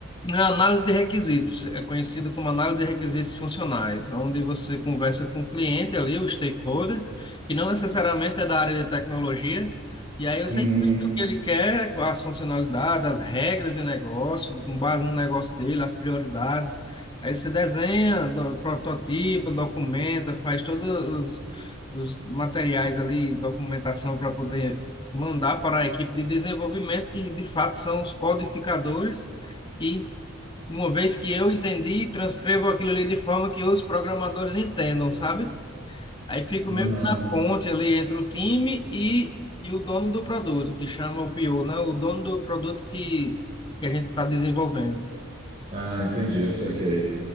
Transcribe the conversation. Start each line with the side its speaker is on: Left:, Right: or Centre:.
Left: É A análise de requisitos é conhecida como análise de requisitos funcionais, onde você conversa com o cliente ali, o stakeholder, que não necessariamente é da área de tecnologia, e aí você
Right: Uhum,
Left: entende o que ele quer, as funcionalidades, as regras de negócio, com base no negócio dele, as prioridades. Aí você desenha, do- prototipa, documenta, faz todos os, os materiais ali, documentação para poder mandar para a equipe de desenvolvimento, que de fato são os codificadores que uma vez que eu entendi, transcrevo aquilo ali de forma que os programadores entendam, sabe? Aí fico
Right: uhum.
Left: meio que na ponte ali entre o time e, e o dono do produto, que chama o PO, né? O dono do produto que, que a gente está desenvolvendo.
Right: Ah, entendi, eu saquei.